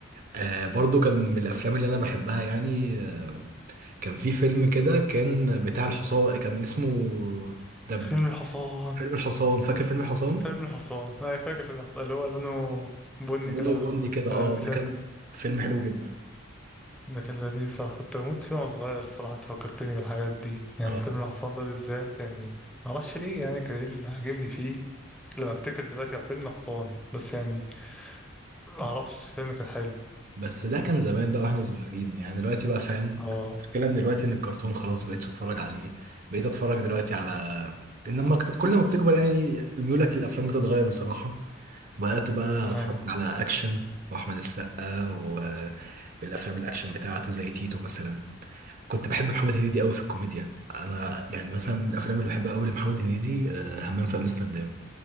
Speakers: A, on the right (about 45°); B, in the centre.
A: آه برضه كان من الأفلام اللي أنا بحبها يعني آه، كان في فيلم كده كان بتاع الحصان كان اسمه ده
B: فيلم الحصان
A: فيلم الحصان فاكر فيلم الحصان
B: فيلم الحصان أنا فاكر فيلم الحصان اللي هو لونه بني
A: لونه
B: كده
A: بني كده
B: كده
A: اه
B: بيسنة
A: ده كان فيلم حلو جدا
B: ده كان لذيذ صراحة كنت بموت فيه وأنا صغير الصراحة أنت فكرتني بالحاجات دي يعني
A: اه
B: فيلم الحصان ده بالذات يعني معرفش ليه يعني كان إيه اللي عاجبني فيه لما أفتكر دلوقتي على فيلم حصان بس يعني معرفش فيلم كان حلو
A: بس ده كان زمان بقى واحنا صغيرين يعني دلوقتي بقى فاهم
B: اه
A: المشكله ان دلوقتي ان الكرتون خلاص مبقتش اتفرج عليه بقيت اتفرج دلوقتي على انما كت- كل ما بتكبر يعني ميولك للافلام بتتغير بصراحه بقيت بقى
B: أيوه
A: اتفرج على اكشن واحمد السقا والافلام الاكشن بتاعته زي تيتو مثلا كنت بحب محمد هنيدي قوي في الكوميديا انا يعني مثلا من الافلام اللي بحبها قوي لمحمد هنيدي آه، همام في امستردام